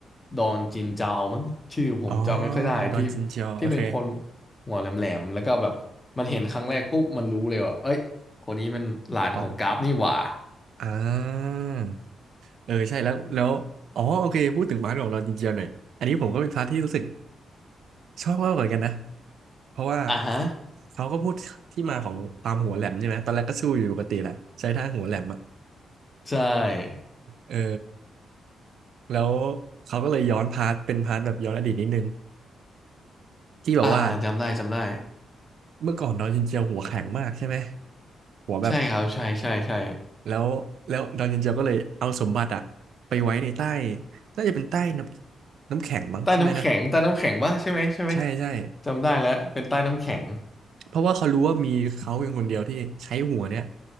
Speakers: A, on the left; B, on the right.
A: ดอนจินเจามั้งชื่อผมจำไม่ค่อยได้ที่
B: อ๋อดอนจินเจียวโอเค
A: ที่เป็นคนหัวแหลมๆแล้วก็แบบมันเห็นครั้งแรกปุ๊บมันรู้เลยว่าเอ้ยคนนี้มันหลานของกราฟนี่หว่า
B: ของอ่าเออใช่แล้วแล้วอ๋อโอเคพูดถึงมาร์ทของดอนจินเจียวหน่อยอันนี้ผมก็เป็นพาร์ทที่รู้สึกชอบมากเหมือนกันนะเพราะว่า
A: อ่ะฮะ
B: เขาก็พูดที่มาของความหัวแหลมใช่ไหมตอนแรกก็สู้อยู่ปกติแหละใช้ท่าหัวแหลมอะ
A: ใช่
B: เออแล้วเขาก็เลยย้อนพาร์ทเป็นพาร์ทแบบย้อนอดีตนิดนึงที่แบบว่า
A: อ่าอ่าจำได้จำได้
B: เมื่อก่อนดอนจินเจียวหัวแข็งมากใช่ไหมหัวแบบ
A: ใช่ครับใช่ใช่ใช่
B: แล้วแล้วดอนเย็นเจียวก็เลยเอาสมบัติอะไปไว้ในใต้น่าจะเป็นใต้น้ำน้ำแข็งมั้งใช่ไหมนะ
A: ใต้น้ำแข็งใต้น้ำแข็งปะใช่ไหมใช่ไหม
B: ใช่ใช่
A: จำได้แล้วเป็นใต้น้ำแข็ง
B: เพราะว่าเขารู้ว่ามีเขาเพียงคนเดียวที่ใช้หัวเนี่ย